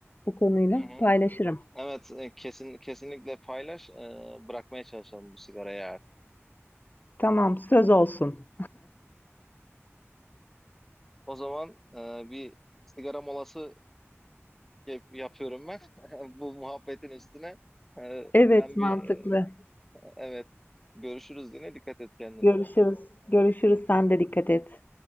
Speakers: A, on the left (about 40°); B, in the centre.
A: bu konuyla
B: Hı hı.
A: paylaşırım.
B: Evet e, kesin kesinlikle paylaş E, bırakmaya çalışalım bu sigarayı artık.
A: Tamam, söz olsun.
B: O zaman e, bir sigara molası yap- yapıyorum ben <laughs> bu muhabbetin üstüne. E,
A: Evet,
B: ben bir
A: mantıklı.
B: e, evet görüşürüz yine dikkat et kendine.
A: Görüşürüz. Görüşürüz. Sen de dikkat et.